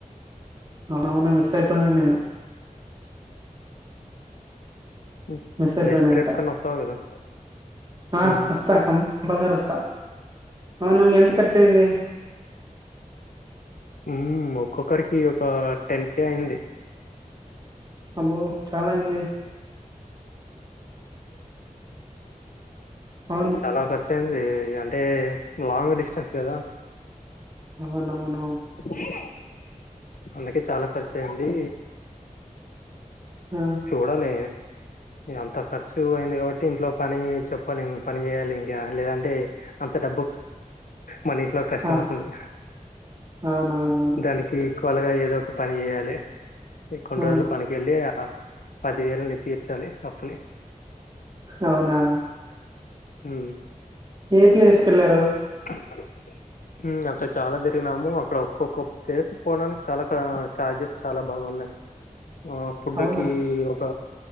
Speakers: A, on the right (about 30°); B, on the left (about 75°).
A: అవును మిస్ అయిపోయిన నేను
B: ఉ
A: మిస్ అయిపోయినాంట
B: నెక్స్ట్ ట్రిప్ కన వస్తావ్ కదా
A: ఆ
B: ఉమ్,
A: వస్తా కంపుల్సరీ వస్తా అవును ఎంత ఖర్చయింది
B: ఊ ఒక్కొక్కరికి ఒక టెన్ కే అయింది
A: అబ్బో చాలా అయిందే అవును
B: చాలా ఖర్చయింది అంటే లాంగ్ డిస్టెన్స్ కదా.
A: అవునవును
B: యడ అందుకే చాల ఖర్చు అయింది
A: ఆ!
B: చూడాలి అంత ఖర్చు అయింది కాబట్టి ఇంట్లో పని చెప్పాలెం పని చేయాలి ఇంకా లేదంటే అంత డ మన ఇంట్లో కష్టం
A: ఆ!
B: అవుతుంది
A: అవునవునవును.
B: దానికి <unintelligible> ఏదో ఒక పని చేయాలి కొన్ని
A: ఆ!
B: రోజులు పనికి వెళ్ళి పదివేలుని తీర్చాలి అప్పుని
A: అవునా
B: హు
A: ఏ ప్లేస్ కెళ్లారు
B: అ అక్కడ చాల తిరిగినాము అక్కడ ఒక్కొక్క ప్లేస్ పోవడానికి చాలా చార్జెస్ చాల బాగ పడినాయ్ ఆ ఫుడ్కి
A: అవునా?
B: ఒక